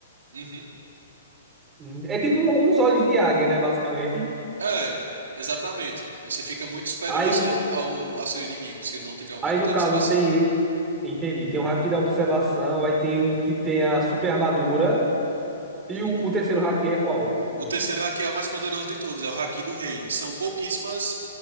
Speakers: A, on the right (about 80°); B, on the right (about 15°).
A: Uhum.
B: Hum, É tipo um- uns olhos de águia, né, basicamente.
A: É, exatamente. Você fica muito superior
B: Aí,
A: ao seu, ao, ao seu inimigo se ele não tiver um hack
B: aí no
A: da
B: caso
A: observação.
B: tem, e- entendi, tem o haki da observação, aí tem o que tem a super armadura e
A: Uhum.
B: o,
A: E
B: o terceiro haki é qual?
A: O terceiro hack é o mais poderoso de todos, é o hack do rei. E são pouquíssimas